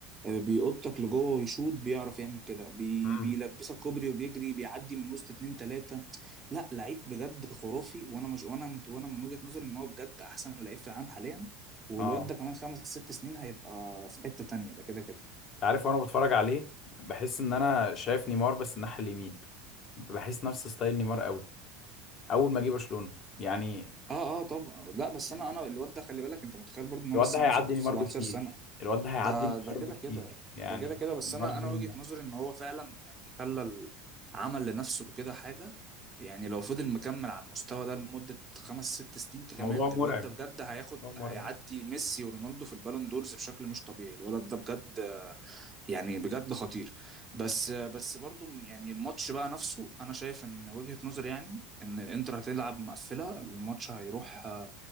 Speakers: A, on the right; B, on the left.
A: آه، بيقطك لجوه ويشوط بيعرف يعمل كده بي
B: امم
A: بيلبسك كوبري وبيجري بيعدي من وسط اتنين تلاته لا لعيب بجد خرافي وانا مش وانا مت... وانا من وجهة نظري ان هو بجد احسن لعيب في العالم حاليا والواد
B: اه
A: ده كمان خمس ست سنين هيبقى في حتة تانية ده كده كده
B: عارف وانا بتفرج عليه بحس ان انا شايف نيمار بس الناحية اليمين بحس نفس ستايل نيمار قوي اول ما جه برشلونة يعني
A: اه اه طبعا لا بس
B: يعني
A: انا انا الواد ده خلي بالك انت متخيل برضه ان هو
B: الواد
A: لسه
B: ده هيعدي
A: عنده سبعة-
B: نيمار
A: 17
B: بكتير
A: سنة
B: الواد ده هيعدي
A: ده
B: نيمار
A: ده كده
B: بكتير
A: كده
B: يعني
A: ده كده كده بس
B: نيمار
A: انا
B: ظلم
A: انا وجهة
B: نفسه
A: نظري ان هو فعلا يعني خلى ال- عمل لنفسه كده حاجة يعني لو فضل مكمل على المستوى ده لمدة خمس ست سنين كمان
B: الموضوع مرعب
A: الواد ده بجد هياخد
B: موضوع
A: هيعدي
B: مرعب
A: ميسي ورونالدو في البالون دورز بشكل مش طبيعي الولد ده بجد يعني بجد خطير بس بس برضو يعني الماتش بقى نفسه انا شايف ان وجهة نظري يعني ان انتر هتلعب مقفله الماتش هيروح